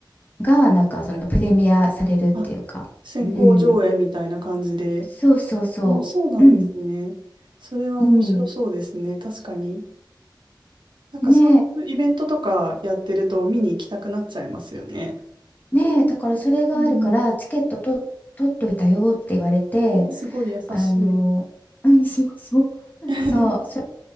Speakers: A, on the left; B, on the right.
A: が、なんか、そのプレミアされるっていうか、
B: あ、先行上映みたいな感じで。
A: うん。そうそうそう。
B: あ、そうなんですね。
A: うん。
B: それは面白そうですね。
A: うん。
B: 確かに。なんかそういうイベントとかやってると見に行きたくなっちゃいますよね。
A: ねねえ、だからそれがあるから、
B: うん。
A: チケットと取っといたよって言われて、
B: えー、すごい優しい。
A: あの、<laughs> うん、そうそう。
B: <laughs>
A: そう、そ